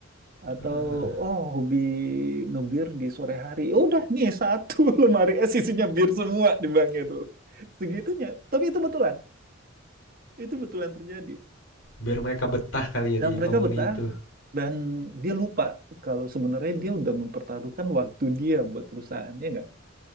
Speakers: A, on the right; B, on the left.
A: Atau,
B: Heeh.
A: oh hobi ngebir di sore hari, "Ya udah nih satu <laughs> lemari es isinya bir semua dibilang gitu. Segitunya, tapi itu betulan. Itu betulan terjadi.
B: biar mereka betah kali
A: Dan
B: ya di company
A: mereka betah
B: itu.
A: dan dia lupa kalau sebenarnya dia udah mempertaruhkan waktu dia buat perusahaannya nggak?